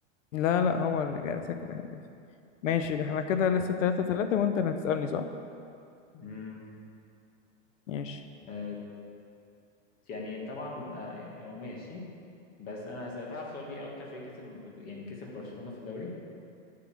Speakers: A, on the left; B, on the left.
A: لا لا هو اللي جاي سجل اهداف ماشي احنا كده لسه 3 3 وانت اللي هتسألني صح
B: امم
A: ماشي
B: آه يعني طبعا آه يعني هو ماشي بس انا هسأل تعرف تقول لي اكتر فريق كسب يعني كسب برشلونه في الدوري